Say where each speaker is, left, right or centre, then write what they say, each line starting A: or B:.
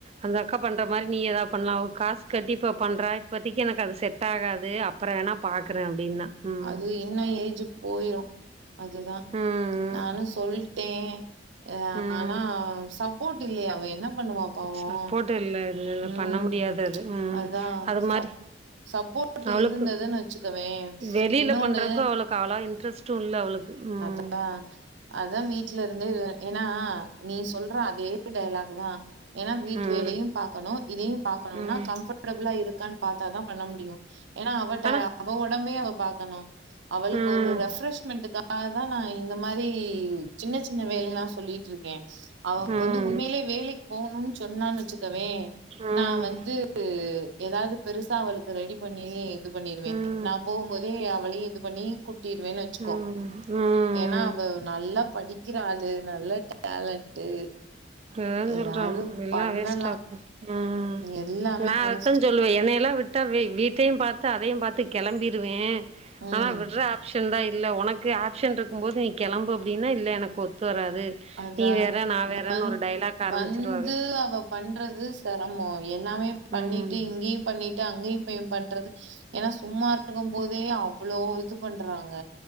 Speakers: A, on the right (about 35°); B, on the right (about 80°).
A: அந்த அக்கா பண்ற மாரி நீ எதா பண்லா ஒ காஸ் கட்டி இப்ப பண்றா இப்பத்திக்கி எனக்கு அது செட் ஆகாது அப்றோ வேணா பாக்குற அப்டின்னா ம்
B: அது இன்னு ஏஜு போயிரு அதுதா
A: ம்
B: நானு
A: ம்
B: சொல்ட்டே அ
A: ம்
B: ஆனா சப்போட் இல்லயாமே அவ என்ன பண்ணுவா பாவம்?
A: சப்போட் இல்ல இது
B: ம்.
A: பண்ண முடியாது அது ம்
B: அதான்
A: அது
B: சப்
A: மாரி
B: சப்போர்ட்
A: அவளுக்கு
B: இருந்ததுன்னு வச்சுக்கவேன்,
A: வெளியில
B: இன்னொன்னு
A: பண்றக்கு அவளுக்கு அவ்ளோவா இன்ட்ரெஸ்ட் எது இல்ல அவளுக்கு ம்
B: அ அதா வீட்ல இருந்தே வே ஏனா நீ சொல்ற அதே டைலாக்கு தா ஏனா வீட்டு
A: ம்
B: வேலயு பாக்கனு இதயு பாக்கனுனா
A: ம்
B: கம்ஃபர்டபிளா இருக்கான் பாத்தா தா பண்ண முடியு ஏனா அவட்ட
A: ஆனா
B: அவ ஒடம்பே அவ பாக்கனு அவளுக்கு
A: ம்
B: ஒரு ரெஃப்ரெஷ்மெண்ட்டுக்காக தா நா இந்த மா ரி சின்ன சின்ன வேலெல்லா சொல்லிட்ருக்கே அவ
A: ம்
B: வந்து உண்மைலே வேலைக்கு போகுனுன் சொன்னா வச்சிக் ம்
A: ம்
B: நா வந்து எதாது பெருசா அவுளுக்கு ரெடி பண்ணி இது பண்ணிருவ
A: ம்
B: நா போகும் போது அவளையு இது பண்ணி கூட்டிருவேன் வெச்சுக்கோ
A: ம் ம்
B: ஏனா அவ நல்லா படிக்கிற ஆளு நல்ல டேலண்ட்டு
A: அதா
B: ஏதாவது
A: சொல்றா எல்லா
B: பண்ணலா
A: வேஸ்டா ம்
B: எல்லாமே
A: நா
B: வேஸ்ட்டு
A: அத்தா சொல்லுவே என்னயெல்லா விட் டா வீ வீட்டையு பாத்து அதயு பாத்து கெளம்பிருவே
B: ம்
A: ஆனா விட்ற ஆப்ஷன் தா இல்ல ஒனக்கு ஆப்ஷன் இருக் க்கும் போது நீ கெளம்பு அப்டின்னா இல்ல எனக்கு ஒத்து வராது
B: அதா
A: நீ வேற நா வேறனு
B: வந்
A: ஒரு டைலாக் ஆரம்பிச்சிருவாக
B: வந்து அவ பண்றது செரமோ அவ எல்லாமே பண்ணிட்டு
A: ம்
B: இங்யு பண்ணிட் ட்டு அங்கேயு போய் பண்றது ஏனா சும்மா இருக்கும் போதே அவ்ளோ இது பண்றாங்க